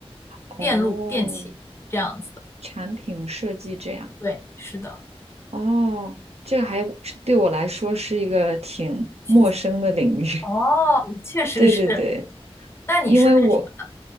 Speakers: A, on the right; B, on the left.
A: 哦
B: 电路、电器这样子的。
A: 产品设计这样？
B: 对，是的，
A: 哦，这还对我来说是一个挺陌生的领域。
B: 新鲜。哦，确实是。
A: 对对对，
B: 那你是干什么的？
A: 因为我，